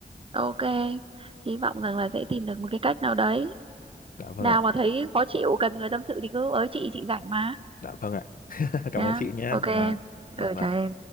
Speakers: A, on the right; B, on the left.
A: ok hy vọng rằng là sẽ tìm được một cái cách nào đấy
B: dạ vâng
A: nào
B: ạ
A: mà thấy khó chịu cần người tâm sự thì cứ ới chị chị rảnh mà
B: dạ vâng ạ <laughs> cảm
A: nhá
B: ơn chị nhé
A: ok em,
B: và dạ
A: ừ
B: vâng
A: trời